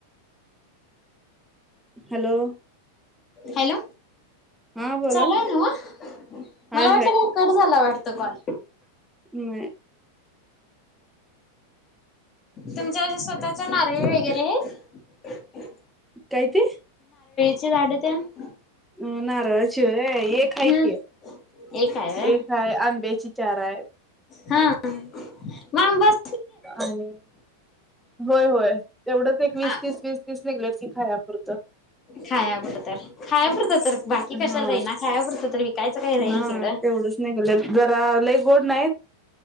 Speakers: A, in the centre; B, on the left (about 30°).
A: हॅलो.
B: हॅलो.
A: हा बोला
B: चालू हाय नव्ह?
A: हाय
B: मला वाटलं का कट झाला वाट -- त कॉल.
A: नाय.
B: तुमच्या स्वतःच्या नारळी वगैरे हाईत?
A: काय ते?
B: चि झाडं तेन --
A: अम नारळाची होय एक
B: हम्म
A: हाय की,
B: एक हाय व्हय
A: एक हाय. आंब्याची चार आहेत.
B: हाआ म आंब आ --
A: आणि होय होय तेवढंच एक वीस
B: आ
A: तीस वीस तीस निघले की खायापुरतं.
B: खाया पुरत खाया पुुरत तर बाकी कशाला
A: हा
B: राहीना खायापुरतं तर विकायचं काय राहीना
A: हा
B: तीकड
A: तेवढंच निघालेत जरा लय गोड नाहीत